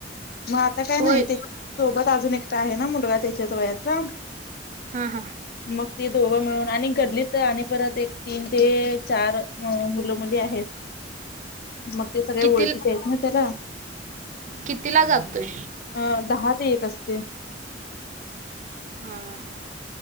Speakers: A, on the left; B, on the right.
A: मग आता काय
B: होय
A: नाही त्याच्या सोबत अजून एकटा आहे ना मुलगा त्याच्याच वयाचा
B: हा हां
A: मग ती दोघं मिळून आणि घडली तर आणि परत एक तीन ते चार म्हणून मुलं मुली आहेत मग ते सगळे
B: किती
A: ओळखीचे आहेत ना त्याला
B: कितीला जातोय
A: अ दहा ते एक असते
B: हा हा